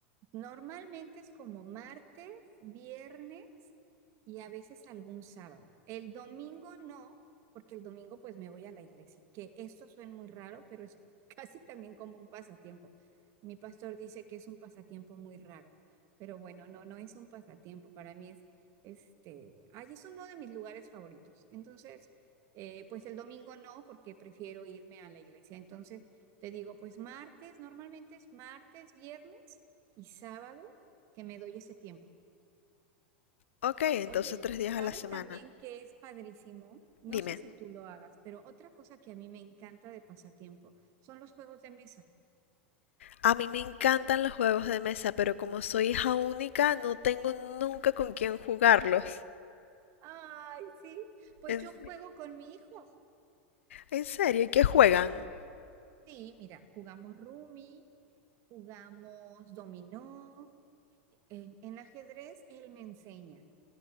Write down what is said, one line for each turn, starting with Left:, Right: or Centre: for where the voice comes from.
Right: Normalmente es como martes, viernes y a veces algún sábado. El domingo no, porque el domingo pues me voy a la iglesia, que esto suena muy raro, pero es <laughs> casi también como un pasatiempo. Mi pastor dice que es un pasatiempo muy raro, pero bueno, no, no es un pasatiempo. Para mí es, este, ay, es uno de mis lugares favoritos. Entonces, eh, pues el domingo no, porque prefiero irme a la iglesia. Entonces, te digo, pues martes, normalmente es martes, viernes y sábado que me doy ese tiempo.
Left: Ok, entonces
Right: Oye,
Left: tres días
Right: ¿sabes
Left: a la semana.
Right: también que es padrísimo? No
Left: Dime,
Right: sé si tú lo hagas, pero otra cosa que a mí me encanta de pasatiempo son los juegos de mesa.
Left: a mí me encantan los juegos de mesa, pero como soy hija única, no tengo nunca con quién jugarlos.
Right: Ay, sí, pues
Left: ¿En,
Right: yo juego con mi hijo.
Left: en serio? ¿Y qué juegan?
Right: Sí, mira, jugamos Rumi, jugamos dominó, en, en ajedrez él me enseña.